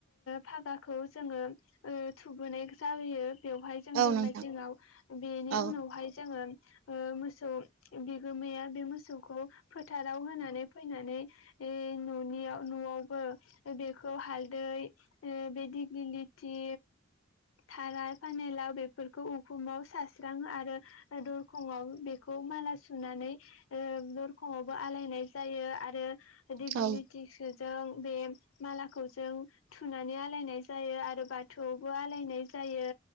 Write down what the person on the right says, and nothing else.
औ
नोंथां
औ
औ